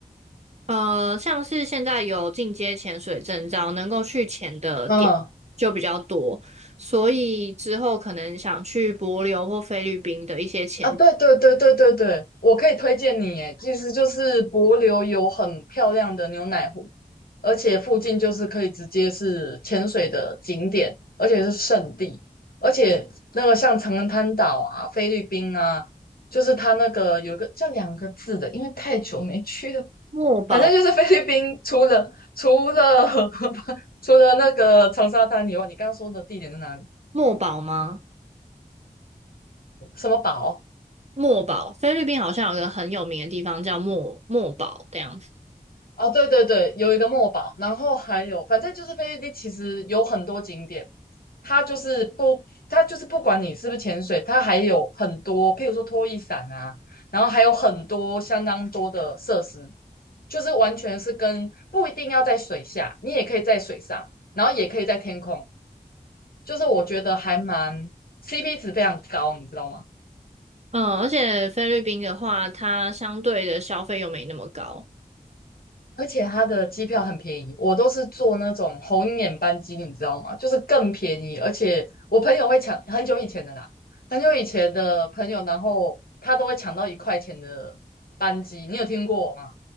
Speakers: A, on the right; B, on the left.
A: 呃，像是现在有进阶潜水证照，能够去潜的点就比较多，
B: 嗯，
A: 所以之后可能想去帛琉或菲律宾的一些潜
B: 啊，对对对对对对，我可以推荐你，诶，其实就是帛琉有很漂亮的牛奶湖。而且附近就是可以直接是潜水的景点，而且是圣地，而且那个像长滩岛啊、菲律宾啊，就是它那个有个叫两个字的，因为太久没去了，
A: 墨宝，
B: 反正就是菲律宾除了除了 <laughs> 除了那个长沙滩以外，你刚刚说的地点在哪里？
A: 墨宝吗？
B: 什么堡
A: 墨宝，菲律宾好像有个很有名的地方叫墨墨宝这样子。
B: 哦，对对对，有一个墨宝，然后还有，反正就是菲律宾其实有很多景点。它就是不，它就是不管你是不是潜水，它还有很多，譬如说拖衣伞啊，然后还有很多相当多的设施，就是完全是跟不一定要在水下，你也可以在水上，然后也可以在天空，就是我觉得还蛮 CP 值非常高，你知道吗？
A: 嗯，而且菲律宾的话，它相对的消费又没那么高。
B: 而且它的机票很便宜，我都是坐那种红眼班机，你知道吗？就是更便宜，而且我朋友会抢，很久以前的啦，很久以前的朋友，然后他都会抢到一块钱的班机，你有听过吗？